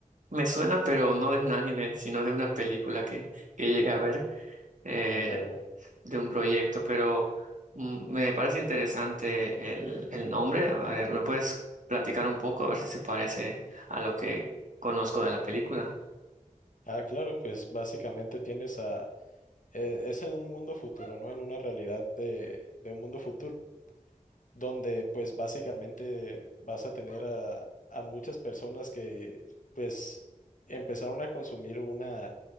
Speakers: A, on the right; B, on the left.
A: me suena, pero no
B: Ujú.
A: de un anime, sino de una película que, que llegué a ver. Eh,
B: Mm, ya
A: de un proyecto, pero mm, me parece interesante el, el nombre. A ver, ¿me puedes platicar un poco? A ver si se parece a lo que conozco de la película.
B: Ah, claro, pues básicamente tienes a... eh, es en un mundo futuro, ¿no? En una realidad de, de un mundo futuro, donde pues básicamente vas a tener a, a muchas personas que pues empezaron a consumir una